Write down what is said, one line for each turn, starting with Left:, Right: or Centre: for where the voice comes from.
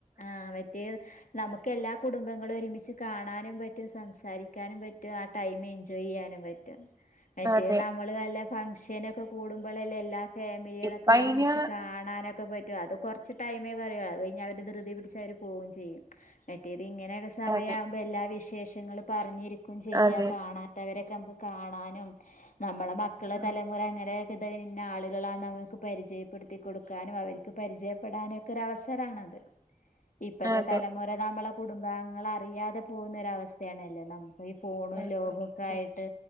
Left: ആഹ്. റ്റെ ന്നമുക്ക് എല്ലാ കുടുംബങ്ങളൊരുമിച് കാണാനും പറ്റും സംസാരി ക്കാനും പറ്റും ആ ടൈമ് എൻജോയ് ചെയ്യാനും പറ്റും. മറ്റെ
Right: അതെ
Left: ന്നമ്മ ന്നമ്മൾ ന്നല്ലെ ഫംങ്ങ്ഷനൊക്കെ കൂടുമ്പളല്ലെ എല്ലാ ഫാമിലികളൊക്കെ
Right: ഇപ്പ അയിന്
Left: ഒരുമിച്ച് കാണാനൊക്കെ പറ്റ് റ്റു അത് കൊർച്ച് ടൈമേ പറയു അത് കഴിഞാ അവര് ധൃതി പിടിച്ച്അവര് പോവും ചെയ്യും. മറ്റേത് ഇങ്ങെനെയൊക്കെ സമയവുമ്പോ
Right: അതെ
Left: എല്ലാ വിശേഷങ്ങളും പറഞ്ഞിരിക്കും ചെയ്യാ
Right: അതെ
Left: കാണാൻ ത്തവരൊക്കെ ന്നമുക്ക് കാണാനും ന്നമ്മളെ മക്കള്
Right: ഉം
Left: തലമുറ അങ്ങെനെ ഇതയ്ന് ഇന്ന ആളുകളാ ന്നമുക്ക് പരിചയപ്പെടുത്തി കൊട്ക്കാനും അവർക്ക് പരിചയപ്പെടാനു ഒക്കെ ഒരവസരാണത്. ഇപ്പത്തെ
Right: അതെ
Left: തലമുറ ന്നമ്മളെ കുടുംബാംഗങ്ങളെ അറിയാതെ പോകുന്ന ഒരഅവസ്ഥയാണല്ലോ ന്നം ഇപ്പൊ ഈ ഫോണും
Right: ആഹ്
Left: ലോഗൊക്കെ
Right: ആഹ്
Left: ആയിട്ട്